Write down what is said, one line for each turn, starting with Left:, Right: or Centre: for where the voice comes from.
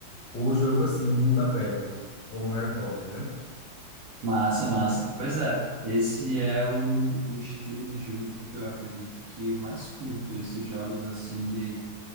Left: ou jogo, assim, de mundo aberto, como Harry Potter, né?
Right: Massa, massa. Pois é, esse é o, o estilo de jogo que eu acredito que eu mais curto, esses jogos assim de